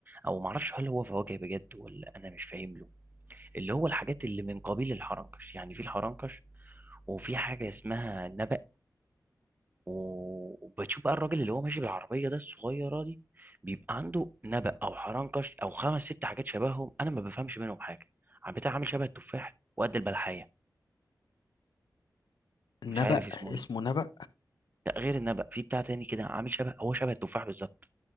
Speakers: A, on the right; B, on the left.
A: او ما اعرفش هل هو فواكه بجد ولا انا مش فاهم له اللي هو الحاجات اللي من قبيل الحرنكش يعني في الحرنكش وفي حاجة اسمها نبأ و- وبتشوف بقى الراجل اللي هو ماشي بالعربية ده الصغيرة دي بيبقى عنده نبأ أو حرنكش أو خمس ست حاجات شبههم أنا ما بفهمش منهم حاجة عم بتاع عامل شبه التفاح وقد البلحية
B: <laughs>
A: مش
B: نبأ
A: عارف اسمه
B: اسمه
A: إيه
B: نبأ
A: لا غير النبأ في بتاع تاني كده عامل شبه هو شبه التفاح بالظبط